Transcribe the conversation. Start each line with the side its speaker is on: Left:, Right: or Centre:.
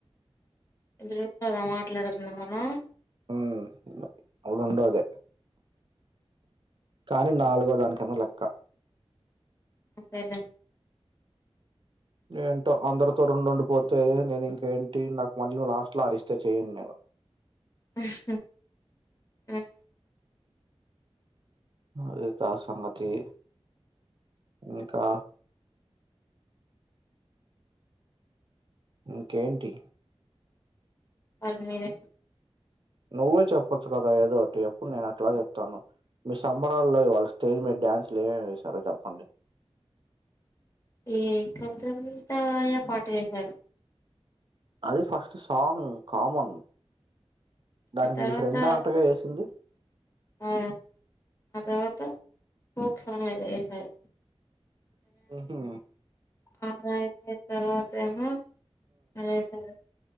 Left: ఎదురుక్కదా మాట్లాడుతున్నాం మనం
Right: అ అప్పుడు ఉండాదే కాని నాలుగో దానికేమో లెక్క
Left: అంతేలే
Right: ఏంటో అందరితో రెండుండిపోతే నేను ఇంకేంటి నాకు మళ్ళీ లాస్ట్లా అరిస్తే చేయి నేను
Left: ఉహ్ హ్
Right: అదిత సంగతి ఇంకా ఇంకేంటి
Left: అద్ మీరె
Right: నువ్వే చెప్పచ్చు కదా ఏదో ఒకటి అప్పుడు నేను అట్లా చెప్తాను మీ సంబరాల్లో ఇవాళ స్టేజ్ మీద డ్యాన్సులు ఎవేమి చేశారో చెప్పండి
Left: ఏ కొంతం తాయ పాట వేశారు
Right: అది ఫస్ట్ సాంగ్ కామన్ దానికి
Left: ఆ తర్వాత
Right: మీ ఫ్రెండ్ అంటెగా వేసింది
Left: ఆ ఆ తర్వత ఫోక్ సాంగ్ ఎదో వేసారు
Right: ఉహు
Left: అల అయితే తర్వాత ఏమో అదే సిండు